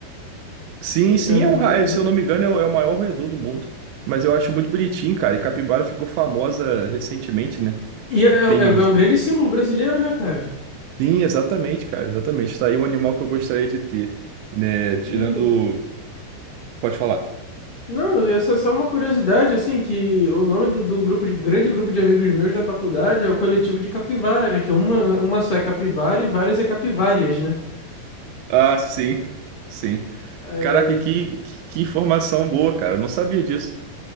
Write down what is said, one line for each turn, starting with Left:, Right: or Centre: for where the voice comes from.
Right: Sim,
Left: É,
Right: sim,
Left: ele
Right: é um, ra-
Left: é bem grande.
Right: é, se eu não me engano, é o, é o maior roedor do mundo. Mas eu acho muito bonitinho, cara. E capivara ficou famosa recentemente, né?
Left: E é, é-
Right: Tem.
Left: é um grande símbolo brasileiro, né, cara?
Right: Sim, exatamente, cara. Exatamente. Tá aí um animal que eu gostaria de ter, né? Tirando.
Left: E,
Right: Pode falar.
Left: não, essa é só uma curiosidade, assim, que o nome do- de um grupo de grande grupo de amigos meus da faculdade é o coletivo de capivara, né? Que é uma, uma só é capivara e várias é capivárias, né?
Right: Ah, sim. Sim.
Left: É,
Right: Caraca, que, que, que informação boa, cara. Eu não sabia disso.